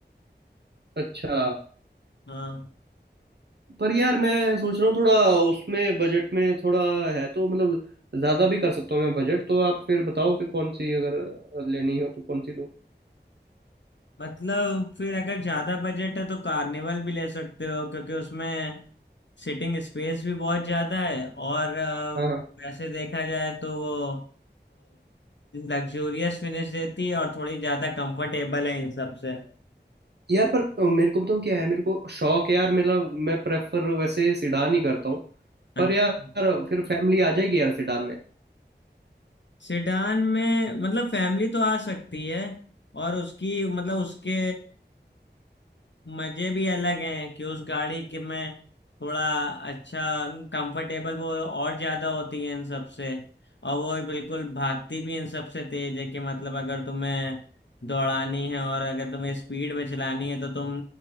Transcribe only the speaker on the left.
हाँ
मतलब फिर अगर ज्यादा बजट है तो कार्निवल भी ले सकते हो क्योंकि उसमें सिटिंग स्पेस भी बहुत ज्यादा है और अ,
वैसे देखा जाए तो वो लग्जूरियस फिनिश देती है और थोड़ी ज्यादा कंफर्टेबल है इन सब से
अच्छा
सेडान में मतलब फैमिली तो आ सकती है और उसकी मतलब उसके मजे भी अलग हैं कि उस गाड़ी के में थोड़ा अच्छा कंफर्टेबल वो और ज्यादा होती है इन सबसे और वो बिल्कुल भागती भी इन सबसे तेज है कि मतलब अगर तुम्हें दौड़ानी है और अगर तुम्हें स्पीड में चलानी है तो तुम